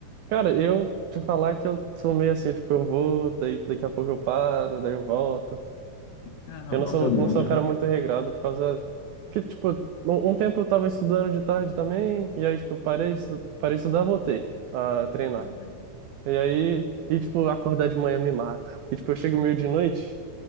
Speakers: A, on the right (about 85°); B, on the left (about 75°).
A: Cara, eu te falar que eu sou meio assim, tipo, eu vou, daí, daqui a pouco eu paro, daí eu volto.
B: É normal,
A: Eu não sou,
B: todo
A: não
B: mundo.
A: sou um
B: <laughs>
A: cara muito regrado por causa que, tipo, um, um tempo eu tava estudando de tarde também, e aí, tipo, parei, de estu- parei de estudar, voltei a treinar.
B: Ah, entendi.
A: E aí, e, tipo, acordar de manhã me mata. Porque, tipo, eu chego meio de noite,